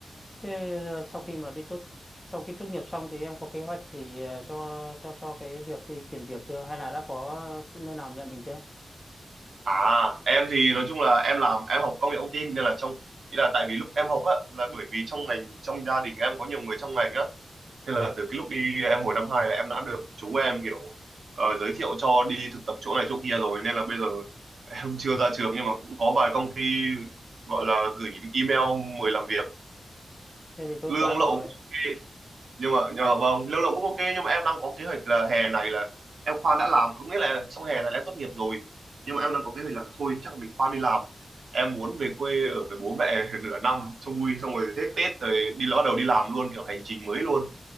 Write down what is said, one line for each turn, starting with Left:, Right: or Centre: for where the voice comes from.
Left: thế giờ sau khi mà đi tốt sau khi tốt nghiệp xong thì em có kế hoạch gì ờ, cho cho cho cái việc đi tìm việc chưa hay là đã có chỗ- nơi nào nhận mình chưa
Right: à em thì nói chung là em làm em học công nghệ thông tin nên là trong ý là tại vì lúc em học á là bởi vì trong ngành trong gia đình em có nhiều người trong ngành á thế là từ cái lúc đi em hồi năm hai là em đã được chú em kiểu ờ, giới thiệu cho đi thực tập chỗ này chỗ kia rồi nên là bây giờ em chưa ra trường nhưng mà cũng có vài công ty gọi là gửi email mời làm việc
Left: thế thì tốt
Right: lương
Left: quá rồi
Right: lậu cũng ok nhưng mà nhưng mà vâng lâu lậu cũng ok nhưng mà em đang có kế hoạch là hè này là em khoan đã làm có nghĩa là xong hè này là em tốt nghiệp rồi nhưng mà em đang có kế hoạch là thôi chắc là mình khoan đi làm em muốn về quê ở với bố mẹ <laughs> nửa năm cho vui xong rồi hết Tết rồi đi bắt đầu đi làm luôn kiểu hành trình mới luôn